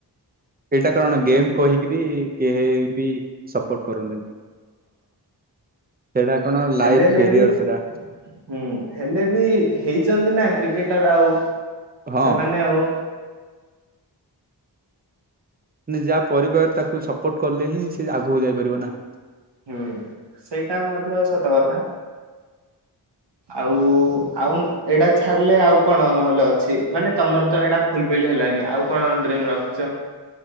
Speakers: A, on the right; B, on the right.
A: ଏଇଟା କଣ ଗେମ୍ କହିକିରି କେହି ବି ସପୋର୍ଟ କରନ୍ତିନି। ସେଇଟା କଣ ଲାଇଫ
B: ହେଲେ ହେଲେ
A: କ୍ୟାରିଅର
B: ବି
A: ସେଟା
B: ହୁଁ ହେଲେ ବି ହେଇ ଚନ୍ତିନା କ୍ରିକେଟର ଆଉ
A: ହଁ।
B: ସେମାନେ ଆଉ
A: ଯାହା ପରିବାର ତାକୁ ସପୋର୍ଟ କଲେ ହିଁ ସେ ଆଗକୁ ଯାଇପାରିବ ନା।
B: ହୁଁ ସେଇଟା ମଧ୍ୟ ସତ କଥା। ଆଉ ଆଉ ଏଇଟା ଛାଡିଲେ ଆଉ କଣ ନହେଲେ ଅଛି ମାନେ ତମର ତ ଏଇଟା ଫୁଲ ଫିଲି ହେଲାନି ଆଉ କଣ ଡ୍ରିମ ରଖିଛ?